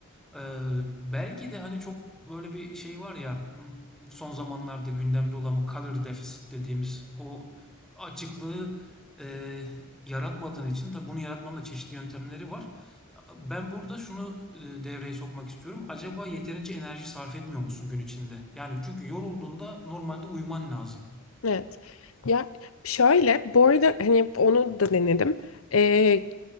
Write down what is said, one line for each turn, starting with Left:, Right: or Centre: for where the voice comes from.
Centre: Eee, belki de hani çok böyle bir şey var ya hmm, son zamanlarda gündemde olan bu color deficit dediğimiz o açıklığı e, Yaratmadığın için tabii bunu yaratmanın da çeşitli yöntemleri var. Ben burada şunu e, devreye sokmak istiyorum. Acaba yeterince enerji sarf etmiyor musun gün içinde? Yani çünkü yorulduğunda normalde uyuman lazım.
Left: Evet. Ya şöyle bu arada hani onu da denedim. Ee,